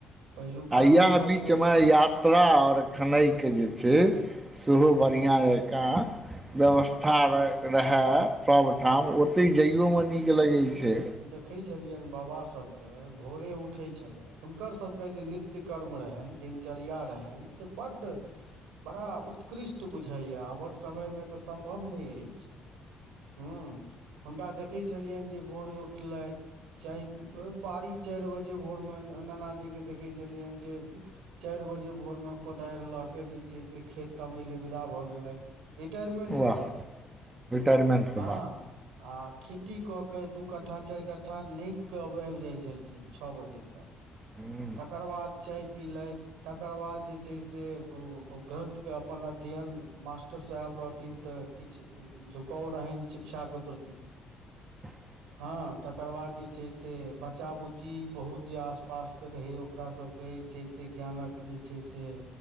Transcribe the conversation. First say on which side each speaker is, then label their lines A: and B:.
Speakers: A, on the right; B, on the right.
A: पहिलुका
B: आइया
A: लोक सबके
B: बिच मऽ याप कतला आओर खेनाइके जे छै सेहो बढ़िआँ जका <unintelligible> व्यवस्था रहै सबठाम ओ ओतई जाइयोमे नीक लगै छै
A: देखे छलियनि बाबा सब कऽ भोरे उठे छले हुनकर सभके जे नित्य कर्म रहनि दिनचर्या रहनि से बड्ड बड़ा उत्कृष्ट बुझाइए आबक समयमे तऽ सम्भव नहि अछि हू हुनका देखै छलियनि जे भोरे उठलथि चाय बारी चारि बजे भोरमे नानाजीके देखै छलियनि जे चारि बजे भोरमे कोदारि लऽ कऽ जे छै से खेत तमय ल विदा भऽ गेलथि रिटायरमेंट
B: वाह
A: कऽ बाद
B: रिटायरमेन्टके
A: हँ आ खेती कऽ के दुख दू कट्ठा चारि कट्ठा नापप कऽ आबि जाइत छलखिन छओ बजे तक
B: बाद
A: तकर बाद चाय पिलायथ तकर बाद जे छै से ग्रन्थके अपन अध्ययन मास्टर साहेब रहथिन तऽ किछ झुकाव रहनि शिक्षाके प्रति
B: <unintelligible>
A: हँ तकर बाद जे छै से बच्चा बुच्ची बहुत जे आसपासके रहै ओकरा सब छै से ज्ञानक जे छै से